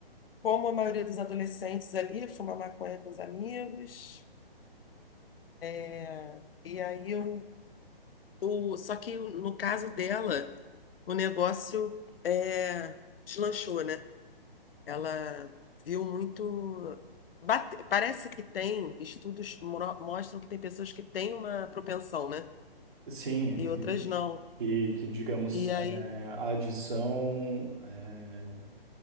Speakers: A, on the left (about 70°); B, on the right (about 55°).
A: Como a maioria dos adolescentes ali, fuma maconha com os amigos. É, E aí eu, o, só que no caso dela, o negócio é, deslanchou, né? Ela viu muito. bate- parece que tem, estudos mo- mostram que tem pessoas que têm uma propensão, né?
B: Sim, é
A: E
B: que,
A: outras não.
B: que, que, digamos,
A: E aí,
B: é, a adição é,